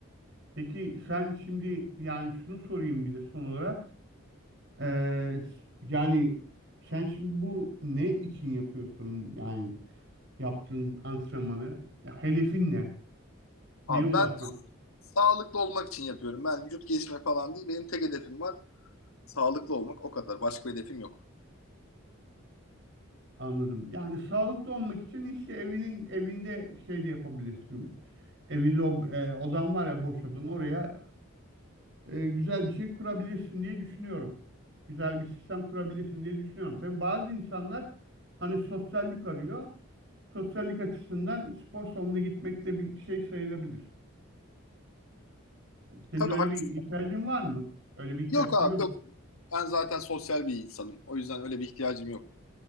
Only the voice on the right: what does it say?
Peki sen şimdi yani şunu sorayım bir de son olarak. Ee, yani sen şimdi bu ne için yapıyorsun yani yaptığın antrenmanı? Ya hedefin ne?
Neye ulaşmak?
Anladım. Yani sağlıklı olmak için işte evinin evinde şey de yapabilirsin. Evinde o, e, odan var ya boş odan oraya e, güzel bir şey kurabilirsin diye düşünüyorum. Güzel bir sistem kurabilirsin diye düşünüyorum. Tabii bazı insanlar hani sosyallik arıyor. Sosyallik açısından spor salonuna gitmek de bir şey sayılabilir. Senin
öyle
bir ihtiyacın var mı? Öyle bir ihtiyaç
duyuyor